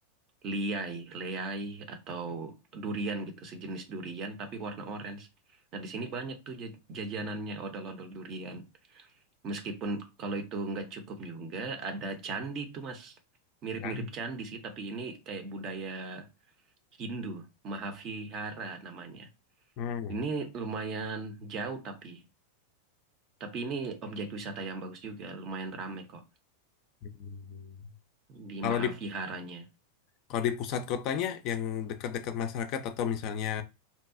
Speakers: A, on the right (about 35°); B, on the left (about 40°).
A: liai, leai atau durian gitu sejenis durian tapi warna orange. Nah di sini banyak tuh ja- jajanannya odol-odol durian. Meskipun kalau itu nggak cukup juga ada candi tuh mas mirip-mirip
B: kan
A: candi sih tapi ini kayak budaya Hindu Mahavihara namanya.
B: Hmm.
A: Ini lumayan jauh tapi. Tapi ini objek wisata yang bagus juga, lumayan ramai kok
B: Hmm.
A: di
B: Kalau
A: Mahaviharanya.
B: di kalau di pusat kotanya yang dekat-dekat masyarakat atau misalnya